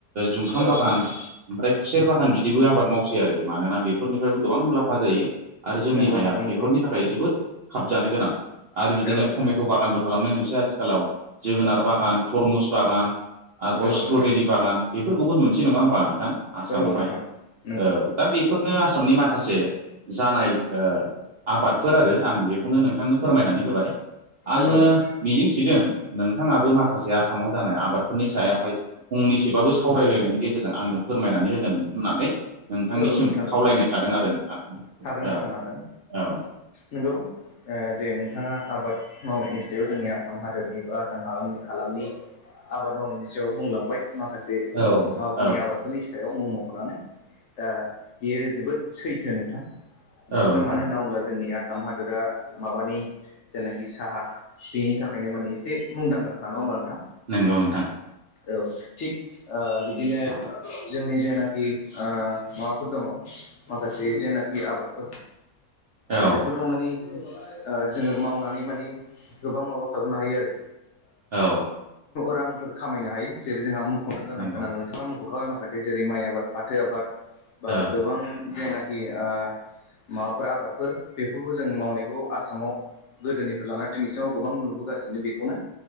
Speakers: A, on the right; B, on the left.
A: जुंखाम
B: औ
A: बागान
B: नोंथां
A: ओमफ्राय खुसेर बागान बिदिबो आबाद मावसै आरो मानोना बेफोरनिफ्रायबो गोबां मुलाम्फा जायो। आरो जोंनि
B: नंगौ
A: हाया
B: नोंथां नंगौ
A: बेफोरनि थाखाय जोबोद खाबजानो गोनां आरो बिदिनो
B: औ नोंथां
A: टमेट' बागानबो खालामनाय नोंसै आथिखालाव जोगोनार बागान थरमुस बागान आरोबाव
B: औ
A: स्ट्रबेरि
B: नोंथां
A: बागान बेफोरखौबो नुनोसै नङा होमबा नोंथां आसामावहाय
B: औ नोंथां नंगौ
A: औ दा बेफोरनो आसामनि माखासे जानाय आबादफोर आरो आं बेखौनो नोंथांनो फोरमायनानै होबाय आङो
B: औ नोंथां
A: मिजिंथिदों नोंथाङाबो माखासे आसामाव जानाय आबाद फोरनि सायावहाय फंनैसोबाबो सावरायलायनायनि गेजेरजों आंनो फोरमायनानै होगोन होननानै नोंथांनिसिम
B: औ नोंथां औ
A: खावलायनाय थादों आरो नोंथां।
B: हागोन नोंथां
A: औ
B: हागोन
A: औ
B: नंगौ जे नोंथाङा आबाद मावनायनि सायाव जोंनि आसाम हादोरनि बा आसाम हालाम हालामनि आबाद मावनायनि सायाव बुंलांबाय माखासे
A: औ
B: माबाफोरनि
A: औ
B: आबाद फोरनि सायाव मम'खौनानै दा बियो जोबोद सैथो नोंथां। बेफोरो
A: औ नोंथां
B: मानो होनना बुङोब्ला जोंनि आसाम हादोरा माबानि जेनाखि साहा बेनि थाखायनो माने एसे मुंदांखााख नङा होमबा नोंथां।
A: नोंगौ नोंथां।
B: औ थिग ओ बिदिनो जोंनि जेनाखि माबाफोर दङ माखासे जेनाखि आबादफोर
A: औ
B: बेफोरखौ माने जोङो मावनानै माने गोबां माबा खालामनो हायो आरो
A: औ
B: रांफोर खामायनो हायो जेरै जोंहा मुख'नो गोनां
A: नंगौ
B: गोनांनो नाङा मख'खाबाय माखासे जेरै माइ आबाद फाथो आबाद बा
A: औ
B: गोबां जेनाखि आ माबाफोर आबादफोर बेफोरखौ जों मावनायखौ आसामाव गोदोनिफ्राय लानानै दिनैसिमाव गोबां नुबोगासिनो बेखौनो